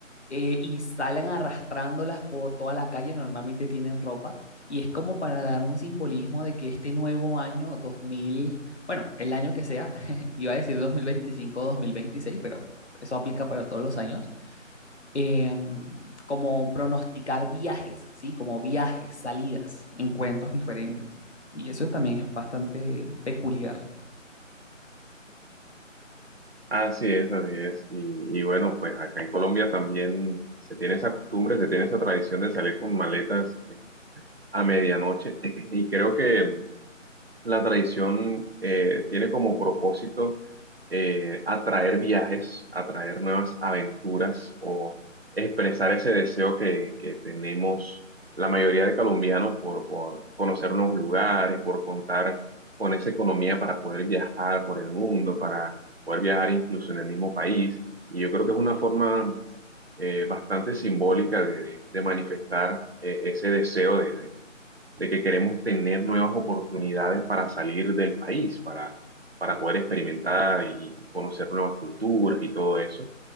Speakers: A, on the left; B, on the right.
A: eh, y salen arrastrándolas por toda la calle, normalmente tienen ropa. Y es como para dar un simbolismo de que este nuevo año dos mil bueno, el año que sea, <laughs> iba a decir 2025 o dos mil veintiséis pero eso aplica para todos los años, eh, como pronosticar viajes, ¿sí? Como viajes, salidas, encuentros diferentes. Y eso también es bastante peculiar.
B: Así es, así es. Y, y bueno, pues acá en Colombia también se tiene esa costumbre, se tiene esa tradición de salir con maletas a medianoche <clears throat> y creo que la tradición eh, tiene como propósito eh, atraer viajes, atraer nuevas aventuras o expresar ese deseo que, que tenemos la mayoría de colombianos por, por conocer nuevos lugares, por contar con esa economía para poder viajar por el mundo, para poder viajar incluso en el mismo país. Y yo creo que es una forma eh, bastante simbólica de, de manifestar eh, ese deseo de de- de que queremos tener nuevas oportunidades para salir del país, para, para poder experimentar y conocer nuevas culturas y todo eso.